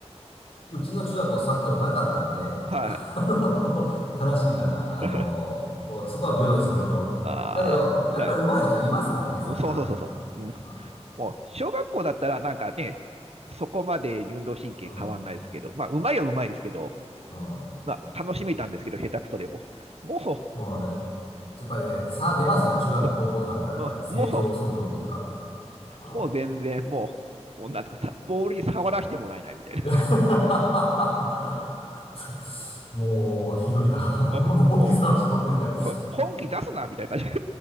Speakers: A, on the left; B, on the right.
A: ー、うちの中学校サッカー部なかったんで、
B: はい。
A: <laughs> あの悲しいかな。あの、
B: <laughs>
A: もうそこは平等ですよ、平等。
B: ああ、
A: だけど、やっぱり上手い人いますもんね、
B: はい。
A: サッカーね。
B: そうそうそうそう。うん、
A: うん。
B: もう、小学校だったらなんかね、そこまで運動神経変わんないですけど、
A: うん。
B: まあ、うまいはうまいですけど、
A: うん
B: まあ、楽しめたんですけど、下手くそでも。も
A: もうね、やっぱりね、差出ますよね、中学、
B: う、
A: 高校とかだったら、やっぱり成長速度というか。
B: <laughs> もう、
A: うん
B: もう全然、もう、もうなんとかさ、ボールに触らせてもらえないみたいな。
A: <laughs> もう、ひどいな。
B: <laughs>
A: <laughs> ボーイさらしてもらえない。
B: も <laughs> 本気出すな、みたいな感じ。